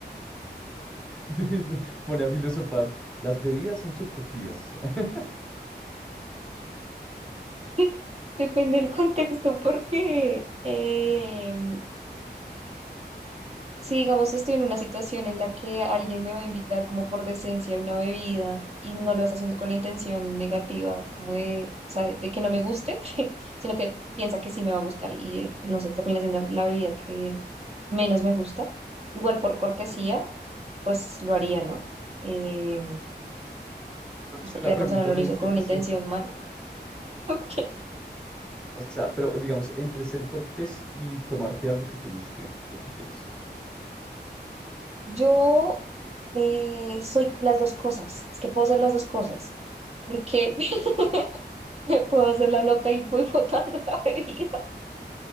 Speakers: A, in the centre; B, on the right.
A: <laughs> Pone a filosofar, las bebidas son subjetivas. <laughs>
B: <laughs> Depende del contexto porque em, Si digamos estoy en una situación en la que alguien me va a invitar como por decencia a una bebida y no lo está haciendo con la intención negativa, como de, o sea, de que no me guste, <laughs> sino que piensa que sí me va a gustar y eh, no sé, termina siendo la bebida que menos me gusta. Igual por cortesía, pues lo haría, ¿no? Eh,
A: Pero
B: pues
A: es
B: porque
A: que la
B: la
A: pregunta
B: persona no
A: no
B: lo hizo
A: dice
B: con una
A: eso.
B: intención mala. <laughs> Ok.
A: O sea, pero digamos, entre ser cortés y tomarte algo que te guste, ¿qué prefieres?
B: Yo eh, soy las dos cosas, es que puedo hacer las dos cosas, porque <laughs> me puedo hacer la loca y voy botando la bebida.